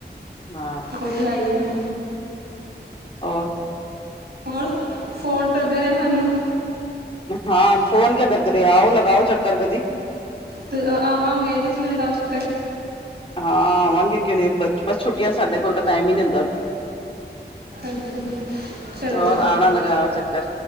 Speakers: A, on the left (about 30°); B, on the right (about 60°).
A: ਹਾਂ
B: ਓਹ ਤੇ ਹੈ ਈ ਏ
A: ਔਰ
B: ਹੋਰ ਫੋਨ ਕਰਦੇ ਰਹੇ ਹਾਨੂੰ
A: ਹਾਂ ਫੋਨ ਕਿਆ ਕਰਦੇ ਨੇ ਆਓ ਲਗਾਓ ਚੱਕਰ ਕਦੀ।
B: ਤੇ ਆਵਾਂਗੇ ਤੁਸੀ ਵੀ ਲਗਾਓ ਚੱਕਰ।
A: ਹਾਂ ਆਵਾਂਗੇ ਕਿਵੇਂ ਬ ਬੱਸ ਛੁੱਟੀਆਂ ਚ ਸਾਡੇ ਕੋਲ ਤਾਂ ਟਾਈਮ ਈ ਨੀ ਹੁੰਦਾ।
B: ਅੱਛਾ ਜੀ ਚਲੋ
A: ਹੋਰ ਆਨਾ ਲਗਾਓ ਚੱਕਰ।